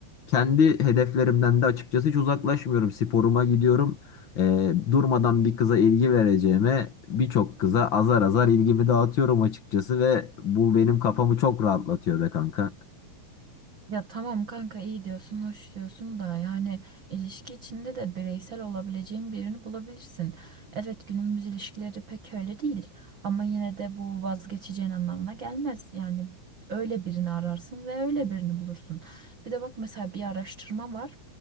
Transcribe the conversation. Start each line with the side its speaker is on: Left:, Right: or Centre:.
Left: kendi hedeflerimden de açıkçası hiç uzaklaşmıyorum. Sporuma gidiyorum. Ee, durmadan bir kıza ilgi vereceğime birçok kıza azar azar ilgimi dağıtıyorum açıkçası ve bu benim kafamı çok rahatlatıyor be kanka.
Right: Ya tamam kanka iyi diyorsun, hoş diyorsun da yani ilişki içinde de bireysel olabileceğin birini bulabilirsin. Evet günümüz ilişkileri pek öyle değil ama yine de bu vazgeçeceğin anlamına gelmez. Yani öyle birini ararsın ve öyle birini bulursun. Bir de bak mesela bir araştırma var.